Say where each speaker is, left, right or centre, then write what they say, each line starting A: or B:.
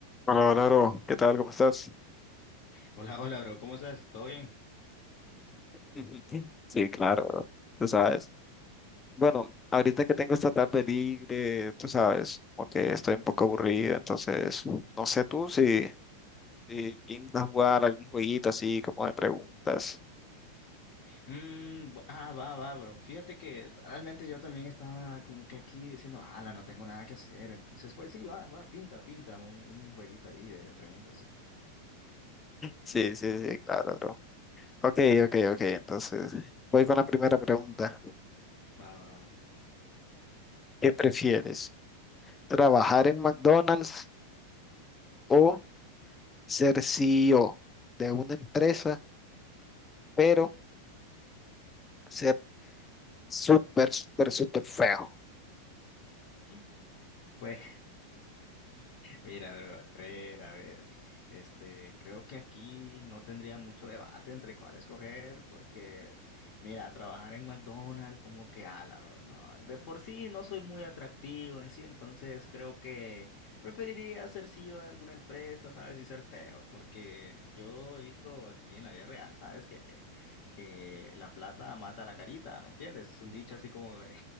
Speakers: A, on the left (about 20°); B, on the left (about 55°).
A: Hola, hola, bro. ¿Qué tal? ¿Cómo estás?
B: Hola, hola, bro. ¿Cómo estás? ¿Todo bien?
A: <laughs> Sí, claro, bro. Tú sabes. Bueno, ahorita que tengo esta tarde libre, tú sabes, como que estoy un poco aburrido, entonces no sé tú si, si pintas jugar algún jueguito así como de preguntas.
B: Mm, bu- ah, va, va, bro. Fíjate que realmente yo también estaba como que aquí diciendo, ala, no tengo nada que hacer. Entonces, pues sí, va, va, pinta, pinta un, un jueguito ahí de preguntas. sí.
A: Sí, sí, sí, claro, bro. Ok, ok, ok. Entonces voy con la primera pregunta.
B: Va, va, va.
A: ¿Qué prefieres? ¿Trabajar en McDonald's o ser CEO de una empresa, pero ser súper, súper, súper feo?
B: <laughs> Pues Mira, bro, a ver, a ver. Este, creo que aquí no tendría mucho debate entre cuál escoger, porque, mira, trabajar en McDonald's como que ala, bro, no. De por sí no soy muy atractivo en sí, entonces creo que preferiría ser CEO de alguna empresa, ¿sabes? Y ser feo, porque yo he visto aquí en la vida real, ¿sabes? Que que la plata mata la carita, ¿me entiendes? Es un dicho así como de-